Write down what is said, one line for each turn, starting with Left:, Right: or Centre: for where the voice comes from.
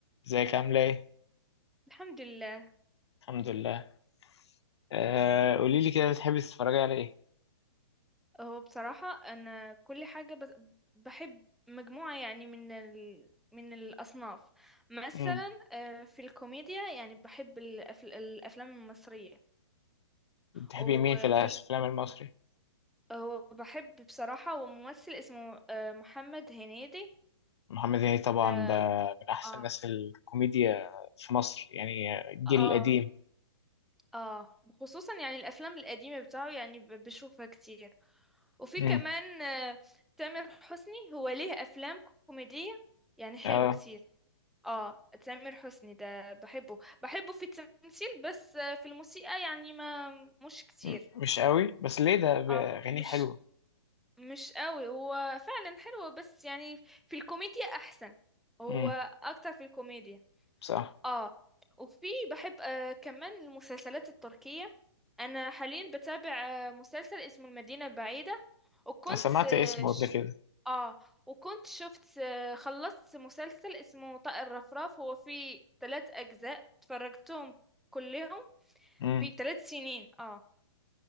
Left: ازيك عاملة ايه؟
Centre: الحمد لله
Left: الحمد لله آه قولي لي كده بتحبي تتفرجي على ايه؟
Centre: هو بصراحة أنا كل حاجة بس بحب مجموعة يعني من ال... من الأصناف مثلا
Left: امم
Centre: آه، في الكوميديا يعني بحب الأف... الأفلام المصرية
Left: بتحبي
Centre: وفي
Left: مين في الافلام
Centre: ال...
Left: المصري؟
Centre: وبحب بصراحة وممثل اسمه آه، محمد هنيدي
Left: محمد هنيدي طبعا
Centre: ده
Left: ده من احسن
Centre: اه
Left: ناس الكوميديا في مصر يعني الجيل
Centre: اه
Left: القديم
Centre: اه خصوصا يعني الأفلام القديمة بتاعه يعني ب- بشوفها كتير وفي
Left: امم
Centre: كمان آه، تامر حسني هو ليه أفلام كوميدية يعني حلوة
Left: اه
Centre: كتير اه تامر حسني ده بحبه بحبه في التمثيل بس آه، في الموسيقى يعني ما مش كتير
Left: م- مش قوي بس ليه ده ب- اغانيه
Centre: اه مش
Left: حلوة
Centre: مش قوي هو فعلا حلو بس يعني في الكوميديا احسن هو
Left: امم
Centre: اكتر في الكوميديا
Left: صح
Centre: اه وفي بحب آه كمان المسلسلات التركية انا حاليا بتابع آه مسلسل اسمه المدينة البعيدة وكنت
Left: انا سمعت
Centre: آه
Left: اسمه
Centre: ش...
Left: قبل كده
Centre: اه وكنت شفت آه خلصت مسلسل اسمه طائر رفراف هو فيه ثلاث اجزاء اتفرجتهم كلهم
Left: امم
Centre: في ثلاث سنين اه